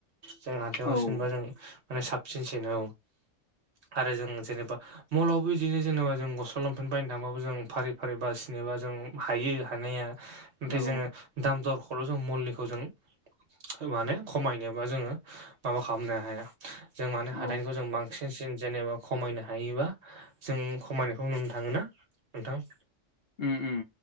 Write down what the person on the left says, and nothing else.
औ औ
औ
औ
अम अम